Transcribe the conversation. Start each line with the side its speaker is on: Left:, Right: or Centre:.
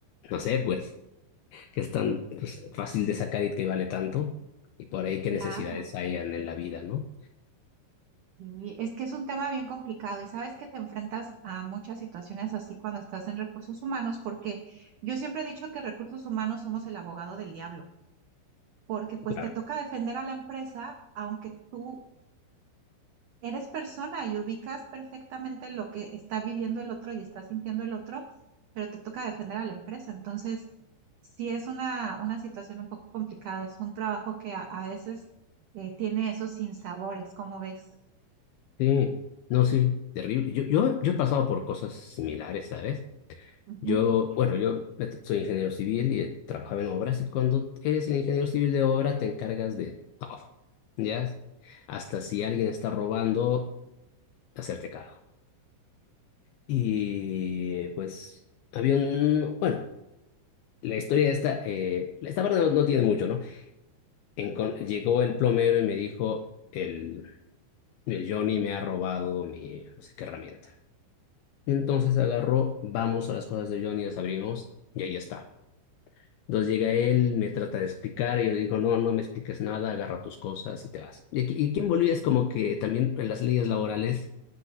Left: no sé, pues, que es tan pues, fácil de sacar y que vale tanto. Y por ahí qué
Right: claro.
Left: necesidades hayan en la vida, ¿no?
Right: Y es que es un tema bien complicado y sabes que te enfrentas a muchas situaciones así cuando estás en recursos humanos, porque yo siempre he dicho que recursos humanos somos el abogado del diablo, porque pues
Left: Claro.
Right: te toca defender a la empresa, aunque tú eres persona y ubicas perfectamente lo que está viviendo el otro y está sintiendo el otro, pero te toca defender a la empresa. Entonces, sí es una, una situación un poco complicada, es un trabajo que a, a veces eh, tiene esos sinsabores, como ves?
Left: Sí, no, sí, terrible. Yo, yo, yo he pasado por cosas similares, ¿sabes?
Right: Ujú.
Left: Yo, bueno, yo soy ingeniero civil y eh, trabajaba en obras y cuando eres el ingeniero civil de obra te encargas de todo, ¿ya? Hasta si alguien está robando, hacerte cargo. Y pues había un, bueno, la historia esta, eh, esta parte no, no tiene mucho, ¿no? Encon- llegó el plomero y me dijo, el, el Johnny me ha robado mi, no sé qué herramienta. Entonces agarró, vamos a las cosas de Johnny, las abrimos y ahí está. Entonces llega él, me trata de explicar, y yo le digo, no, no me expliques nada, agarra tus cosas y te vas. Y aquí, y aquí en Bolivia es como que también en las leyes laborales,